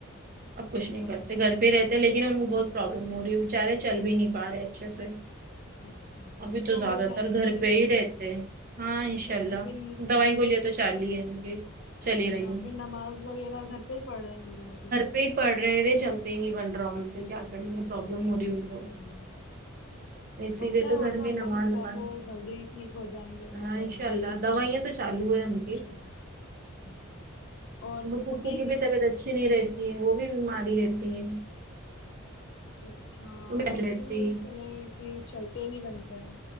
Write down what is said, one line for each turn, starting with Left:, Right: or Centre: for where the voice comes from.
Right: اب کچھ نہیں
Left: اچھا
Right: کرتے گھر پہ ہی رہتے لیکن ان کو بہت پرابلم ہو رہی ہے بیچارے چل بھی نہیں پا رہے اچھے سے
Left: اچھا
Right: ابھی
Left: وہ
Right: تو زیادہ
Left: ہو جائیں
Right: تر گھر
Left: گے صحیح
Right: پہ ہی رہتے ہیں ہاں انشاء
Left: اچھا
Right: اللہ
Left: پھر
Right: دوائی گولیا تو چالو ہی ہے کی چلی
Left: اچھا
Right: رہی ہیں
Left: پھر نماز وغیرہ گھر پہ ہی پڑھ رہے ہوں گے وہ ابھی
Right: نث پڑھ رہے تھے چلتے ہی نہیں بن رہا ان سے کیا کرینگے پرابلم ہو
Left: ارے اللہ
Right: اسی
Left: ہوتا
Right: لیے تو
Left: ہے وہ
Right: گھر میں
Left: اللہ
Right: نماز
Left: نے چاہا
Right: وماز
Left: تو جلدی ٹھیک ہو جائیں گے ان
Right: <inaudible> ہاں
Left: کے پیر
Right: انشاء
Left: وغیرہ
Right: اللہ دوائیاں تو چالو ہے انے
Left: انشاء اللہ اچھا اور پھپھو
Right: پھوپھو
Left: ٹھیک
Right: کی
Left: ہے
Right: بھی طبیعت اچھی نہیں رہتی وہ بھی بیماری رہتے ہیں
Left: اچھا
Right: انہیں
Left: ان سے
Right: رہتی
Left: بھی میں نے سنا ہے کہ چلتے ہی نہیں بنتا ہے